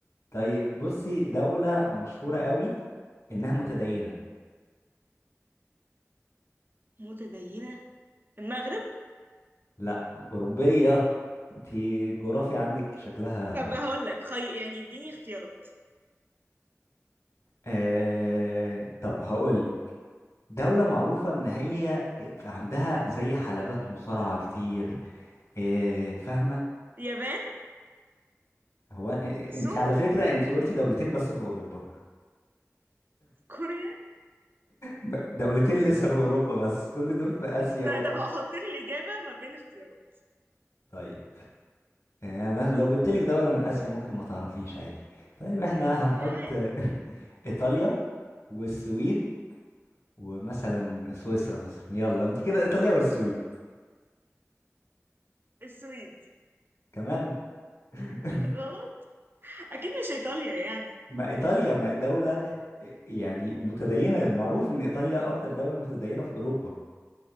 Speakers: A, on the left; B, on the right.
A: طيب بصي دولة مشهورة قوي إنها متدينة
B: متدينة المغرب
A: لا أوروبية انتي الجغرافيا عندك شكلها
B: طب هقول لك خي... يعني اديني اختيارات
A: آه... طب هقولك دولة معروفة إن هي عندها زي حلبات مصارعة كتير إيه، فاهمة؟
B: اليابان
A: هو آه، أنت
B: سوريا
A: على فكرة أنت قلتي دولتين بس في أوروبا
B: كوريا
A: ب- دولتين لسه في أوروبا بس كل دول في آسيا
B: لا
A: وأفريقيا
B: طب هحط لي الإجابة ما بين اختيارات
A: طيب إيه، أنا لو جبت لك دولة من آسيا ممكن ما تعرفيش عادي طيب إحنا هنحط
B: يعني
A: <laughs> إيطاليا والسويد ومثلا سويسرا مثلا يلا أنت كده إيطاليا والسويد
B: السويد
A: كمان <laughs>
B: غلط أكيد مش إيطاليا يعني
A: ما ايطاليا ما دولة يعني متدينة معروف ان ايطاليا اكتر دولة متدينة في اوروبا